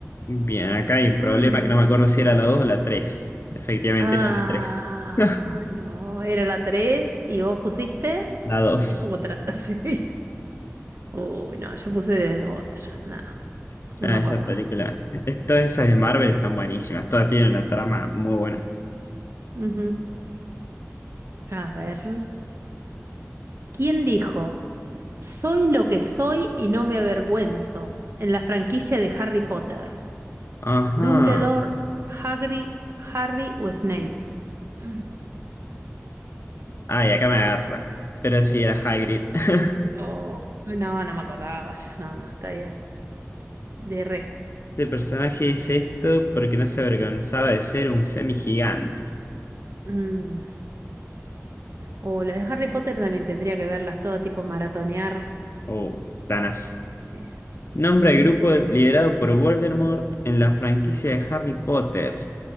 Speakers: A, on the left; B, on the right.
A: Bien, acá hay un
B: Mm,
A: problema que no me acuerdo si era la 2 o la tres Efectivamente
B: Ah,
A: era la tres <laughs>
B: no, era la 3. y vos pusiste
A: La dos
B: <laughs> otra. <laughs> Sí. Uy, no, yo puse de otra. Nada,
A: sea,
B: no me
A: esa
B: acordaba.
A: película, es- todas esas de Marvel están buenísimas, todas tienen una trama muy buena.
B: Ujú. A ver. ¿Quién dijo? Soy lo que soy y no me avergüenzo en la franquicia de Harry Potter.
A: Ajá.
B: Dumbledore, Hagrid, Harry o Snape. <clears throat>
A: Ay, acá me agarra.
B: No sé.
A: Pero sí, era Hagrid. <laughs>
B: Oh, No, no me acordaba. yo. No, no, está bien. De re.
A: Este personaje dice esto porque no se avergonzaba de ser un semigigante.
B: Mm. O las de Harry Potter también tendría que verlas todo tipo maratonear.
A: Oh, planas.
B: Eh,
A: Nombra
B: Sí,
A: el grupo
B: sí,
A: liderado
B: sí.
A: por Voldemort en la franquicia de Harry Potter.